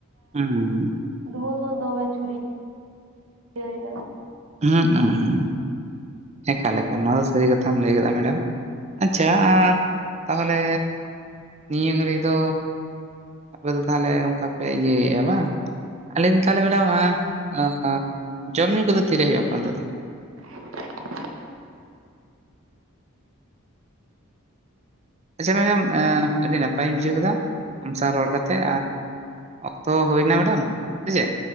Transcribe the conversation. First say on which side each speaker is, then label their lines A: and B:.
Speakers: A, on the right; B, on the right.
A: ᱦᱩᱸ ᱦᱩᱸ
B: ᱫᱩᱦᱟᱹᱣ ᱦᱚ ᱫᱚᱢᱮ ᱪᱷᱩᱨᱤᱼᱼ ᱱᱟ <inaudible>
A: ᱦᱮᱸ ᱦᱮᱸ ᱮᱠᱟᱞ ᱮᱠᱟᱞ ᱱᱚᱣᱟ ᱫᱚ ᱥᱟᱹᱨᱤ ᱠᱟᱛᱷᱟᱢ ᱞᱟᱹᱭ ᱠᱟᱫᱟ ᱢᱮᱰᱟᱢ ᱟᱪᱪᱷᱟ ᱛᱟᱦᱚᱞᱮᱼᱼ ᱱᱤᱭᱟᱹ ᱜᱷᱟᱹᱲᱤ ᱫᱚ ᱟᱯᱮ ᱫᱚ ᱛᱟᱦᱚᱞᱮ ᱚᱝᱠᱟ ᱯᱮ ᱤᱭᱟᱹᱭᱮᱜᱼᱟ ᱵᱟᱝ? ᱟᱞᱤᱧ ᱫᱚ ᱛᱟᱦᱚᱞᱮ ᱢᱮᱵᱟᱢ ᱡᱚᱢᱼᱧᱩ ᱠᱚᱫᱚ ᱛᱤᱨᱮ ᱦᱳᱭᱳᱜᱼᱟ ᱟᱯᱮ ᱚᱱᱛᱮ ᱫᱚ
B: <inaudible>
A: ᱟᱪᱪᱷᱟ ᱢᱮᱰᱟᱢ ᱟ ᱟᱹᱰᱤ ᱱᱟᱯᱟᱭᱤᱧ ᱵᱩᱡᱷᱟᱹᱣ ᱠᱮᱫᱟ ᱟᱢ ᱥᱟᱶ ᱨᱚᱲ ᱠᱟᱛᱮᱜᱼᱼ ᱚᱠᱛᱚ ᱦᱳᱭᱱᱟ ᱢᱮᱰᱟᱢ ᱥᱮ ᱪᱮᱫ?